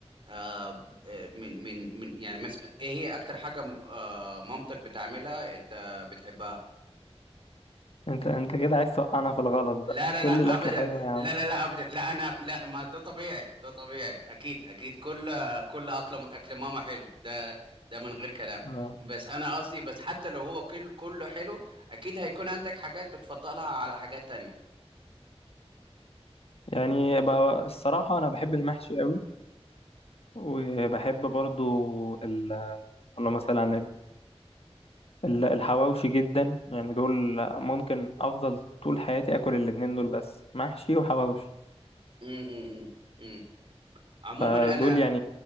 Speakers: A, on the right; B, on the left.
A: آه آه، من من من يعني مثلا ايه هي أكتر حاجة آه مامتك بتعملها انت بتحبها
B: انت انت كده عايز توقعنا في الغلط بقى
A: لا لا
B: كل
A: لا
B: الأكل
A: ابدا
B: حلو يا عم
A: لا لا لا ابدا لا انا لا ما ده طبيعي ده طبيعي اكيد اكيد كل كل اكل اكل ماما حلو ده ده من غير كلام
B: اه
A: بس انا قصدي بس حتى لو هو كل كله حلو اكيد هيكون عندك حاجات بتفضلها على حاجات تانية
B: يعني بقى الصراحة أنا بحب المحشي قوي وبحب برضو ال... اللهم مثلا على النبي ال- الحواوشي جدا يعني دول ممكن افضل طول حياتي اكل الاتنين دول بس محشي وحواوشي
A: امم امم أمم. عموما
B: فدول
A: انا
B: يعني